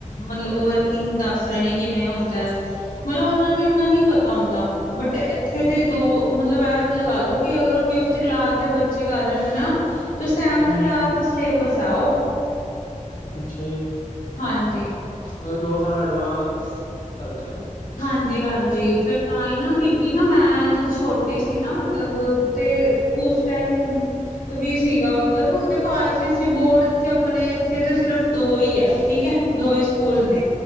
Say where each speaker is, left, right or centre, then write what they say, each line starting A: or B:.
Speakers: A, on the left (about 85°); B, on the left (about 70°).
A: ਮਤਲਬ ਵਰਕਿੰਗ ਦੱਸ ਰਹੇ ਨੇ ਕਿਵੇਂ ਹੁੰਦਾ। ਮਤਲਬ ਉਨਾਂ ਨੂੰ ਇੰਨਾ ਨਹੀਂ ਪਤਾ ਹੁੰਦਾ। ਬਟ, ਇੱਥੇ ਤੇ ਦੋ ਮਤਲਬ ਐ ਲਗਾ ਲੋ, ਕਿ ਅਗਰ ਓ ਫਿਫਥ ਕਲਾਸ ਦੇ ਬਚ ਚੇ ਕਾਰਨ ਨਾ, ਸੈਵਨਥ
B: ਹਮ
A: ਕਲਾਸ ਦਾ ਸਿਲੇਬਸ ਆ ਓ।
B: ਅੱਛਾ ਜੀ।
A: ਹਾਂਜੀ।
B: ਮਤਲਬ ਦੋ ਸਾਲ ਐਡਵਾਂਸ ਚੱਲਦੇ ਆ।
A: ਹਾਂਜੀ-ਹਾਂਜੀ, ਫੇਰ ਤਾਂਹੀ ਨਾ ਕਿਉਂਕਿ ਨਾ ਮੈਂ ਜਦੋਂ ਛੋਟੇ ਸੀ ਨਾ ਮਤਲਬ ਤੇ ਉਸ ਟੈਮ ਵੀ ਸੀਗਾ, ਮਤਲਬ ਦੇਖੋ ਆਈਸੀ ਐਸ ਸੀ ਬੋਰਡ ਤੇ ਆਪਨੇ ਇੱਥੇ ਤੇ ਸਿਰਫ ਦੋ ਈ ਐ, ਠੀਕ ਏ। ਦੋ ਹੀ ਸਕੂਲ
B: ਅੱਛਾ
A: ਨੇ,